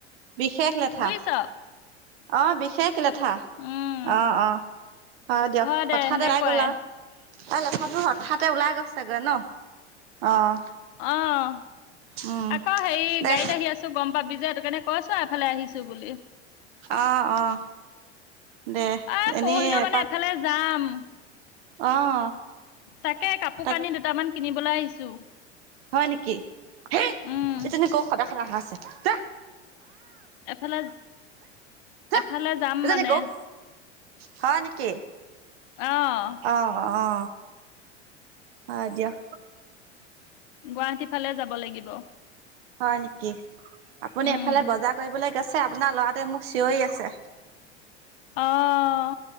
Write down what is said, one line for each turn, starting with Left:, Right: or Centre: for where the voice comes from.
Right: বিশেষ লেঠা
Left: বুজিছ
Right: অ বিশেষ লেথা
Left: উম
Right: অ অ হযব দিয়ক
Left: হয় দে
Right: হঠাতে
Left: সেনেকুৱাই
Right: ওলাই গলা এ লেঠাটো হঠাতে ওলাই গৈছে গৈ ন অ',
Left: অহ
Right: উম,
Left: আকৌ হেৰি
Right: দে।
Left: গাড়ীত আহি আছো গম পাবি যে সেই কাৰণে কৈছো এফালে আহিছো বুলি
Right: অহ অ দে
Left: এ
Right: এনেই
Left: পৰহিলে মানে
Right: এপাক
Left: এফালে যাম
Right: অ',
Left: তাকে কাপোৰ
Right: তাক
Left: কানি দুটামান কিনিবলৈ আহিছো
Right: হয় নেকি হ
Left: উম,
Right: এ যেনেক সদায় সদা অ আছে য
Left: এফালে
Right: যা
Left: এফালে যাম
Right: এজনী
Left: মানে
Right: গৰু হয় নেকি
Left: আহ
Right: অ অ হ দিয়ক
Left: গুৱাহাটী ফালে যাব লাগিব
Right: হয় নেকি আপুনি
Left: উম,
Right: এফালে বজাৰ কৰিবলৈ গৈছে আপোনাৰ লৰা ততে মোক চিঞৰি আছে
Left: আহ